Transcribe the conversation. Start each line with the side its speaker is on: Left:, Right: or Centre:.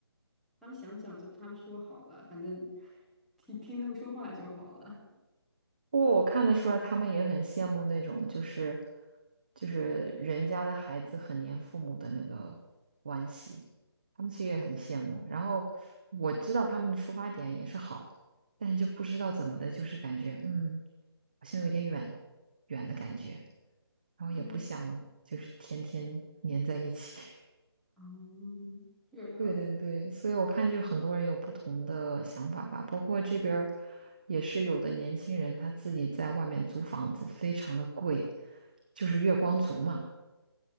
Centre: 他们想讲就他们说好了，反正 <laughs> 听听他们说话就好了。
Right: 不过我看得出来，他们也很羡慕那种，就是就是人家的孩子很黏父母的那个关系，他们其实也很羡慕。
Centre: 嗯，
Right: 然后我知道他们的出发点也是好，但是就不知道怎么的，就是感觉嗯，好像有点远远的感觉，然后也不想就是天天黏在一起。
Centre: 嗯嗯，这样。
Right: 对对对，所以我看就很多人有不同的想法吧，包括这边儿也是有的年轻人他自己在外面租房子非常的贵，就是月光族嘛，